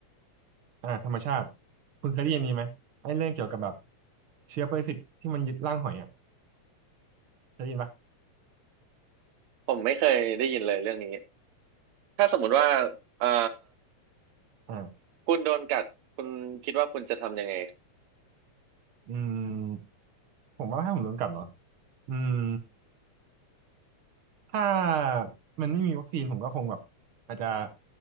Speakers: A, on the right; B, on the right.
A: อ่าธรรมชาติคุณเคยได้ยินนี้ไหมไอ้เรื่องเกี่ยวกับแบบเชื้อปรสิตที่มันยึดร่างหอยอ่ะเคยได้ยินปะ
B: ผมไม่เคยได้ยินเลยเรื่องนี้ถ้าสมมุติว่าอ่า
A: อ่า
B: คุณโดนกัดคุณคิดว่าคุณจะทำยังไง
A: อืมผมว่าให้ผมโดนกัดเหรอ อืมถ้ามันไม่มีวัคซีนผมก็คงแบบอาจจะ